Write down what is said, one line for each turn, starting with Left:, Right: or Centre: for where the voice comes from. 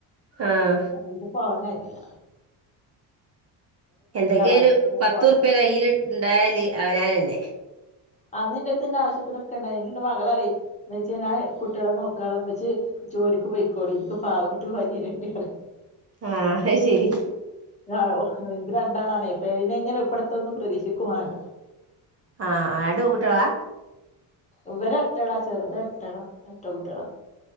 Right: ആഹ്
Left: അപ്പോ പോവാനായി ഇല്ല
Right: എന്തൊക്കെയായാലും
Left: അപ്പൊ
Right: ഒരു
Left: പിന്നെ
Right: പത്തുറുപ്പിയ
Left: പോവാൻ
Right: കയ്യിൽ ഇണ്ടായാല് അവനാനെന്നെ.
Left: അന്ന് എന്റെ അടുത്ത് ആവശ്യത്തിനൊക്കെ ഇണ്ടായിനി മകള് അറിയാ എന്ന് വെച്ചാൽ ഞാൻ കുട്ടികളെ നോക്കാ ഉമ്മച്ചി ജോലിക്ക് പോയിക്കോടി എനിക്ക് പാവകുട്ടി വലിയ രണ്ട് പറയും.
Right: ആഹ് അത് ശരി
Left: ആഹ് എനിക്ക് രണ്ടാള് ആണ്, അപ്പ ഇനി എങ്ങനെ ഇപ്പടത്തെ ഒന്നും പ്രതീക്ഷിക്കും വേണ്ട.
Right: ആഹ് ആഹ് രണ്ട് പെൺകുട്ടികളെ.
Left: ഇവരെ ഒറ്റയാള് ചെറുത് ഇരട്ടകളാ ഇരട്ടക്കുട്ടികൾ.